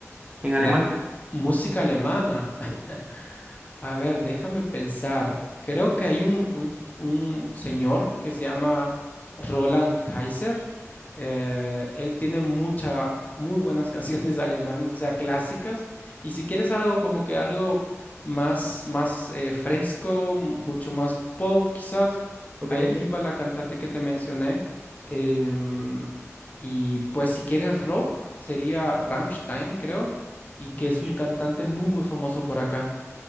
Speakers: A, on the right; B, on the left.
A: en alemán?
B: La música alemana. <laughs> A ver, déjame pensar. Creo que hay un, un- un señor que se llama Roland Kaiser. Eh, él tiene mucha, muy buenas <laughs> canciones alemanas, o sea, clásicas. Y si quieres algo como que algo más, más eh, fresco, mu- mucho más pop, quizás,
A: Ok.
B: Ailiva, la cantante que te mencioné. Em, y pues si quieres rock, sería Rammstein, creo y que
A: Nice.
B: es un cantante muy, muy famoso por acá.